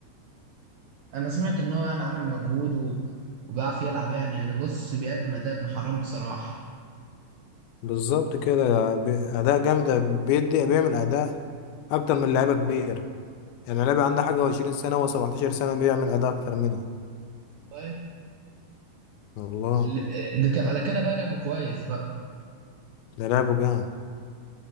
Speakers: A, on the right; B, on the left.
A: انا سمعت ان هو يعني عامل مجهود و... وبيعرف يلعب يعني يعني بص بيقدم اداء ابن حرام بصراحه
B: بالظبط كده بي- أداء جامدة بيدي بيعمل أداء أكتر من لعيبة كبير يعني لعيبة عنده حاجة وعشرين سنة وسبعتاشر سنة بيعمل أداء أكتر منه
A: طيب.
B: والله
A: ال- ده ك... على كده بقى لعبه كويس بقى
B: ده لعبه جامد